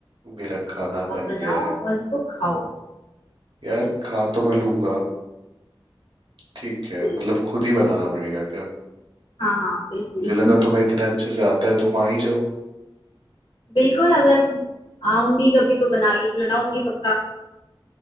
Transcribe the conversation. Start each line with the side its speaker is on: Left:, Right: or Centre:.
Right: मेरा खाना
Left: आप
Right: बन
Left: बनाओ
Right: गया है
Left: और इसको खाओ
Right: यार खा तो मैं लूंगा ठीक है
Left: बिल्कुल
Right: मतलब खुद ही बनाना पड़ेगा क्या
Left: हाँ हाँ बिल्कुल
Right: मुझे लगा तुम्हें
Left: <laughs>
Right: इतने अच्छे से आता है तुम आ ही जाओ
Left: बिल्कुल अगर आऊंगी कभी तो बना के खिलाऊंगी पक्का